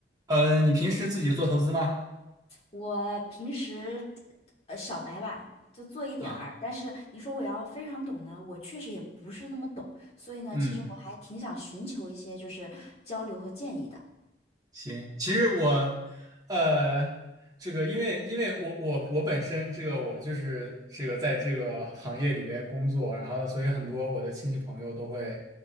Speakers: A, on the right; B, on the left.
A: 嗯，你平时自己做投资吗？
B: 我平时呃小白吧，就做一点儿，
A: 啊，
B: 但是你说我要非常懂呢，我确实也不是那么懂，所以呢，
A: 嗯，
B: 其实我还挺想寻求一些就是交流和建议的。
A: 行。其实我，呃，这个因为因为我我我本身这个我就是这个在这个行业里边工作，然后所以很多我的亲戚朋友都会